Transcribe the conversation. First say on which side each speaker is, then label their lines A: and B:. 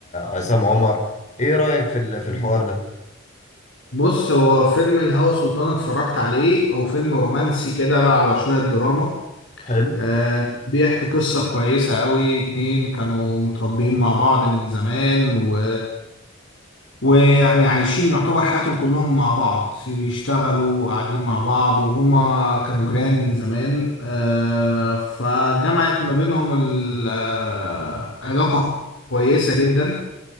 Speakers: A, on the left; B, on the left.
A: عصام عمر ايه رايك في ال- في الحوار
B: مم.
A: ده
B: بص هو فيلم الهوى سلطان اتفرجت عليه هو فيلم رومانسي كده على شويه دراما
A: حلو
B: آه بيحكي قصه كويسه قوي اتنين كانوا متربيين مع بعض من زمان و... ويعني عايشين يعتبر حياتهم كلهم مع بعض في بيشتغلوا قاعدين مع بعض وهما كانوا جيران من زمان آه فجمعت ما بينهم ال- آه، علاقه كويسة جدا